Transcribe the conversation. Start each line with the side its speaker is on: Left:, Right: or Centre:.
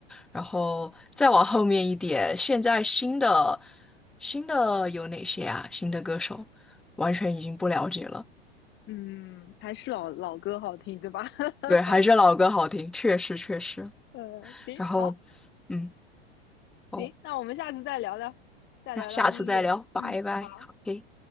Centre: 然后再往后面一点，现在新的新的有哪些啊？新的歌手完全已经不了解了。
Left: 嗯，还是老老歌好听，对吧？<laughs>
Centre: 对，还是老歌好听，确实确实。
Left: 呃，行，
Centre: 然后，
Left: 好，
Centre: 嗯，哦，
Left: 行，那我们下次再聊聊，再聊聊音乐。
Centre: 那下次再聊，拜拜好，OK。
Left: 嗯，好。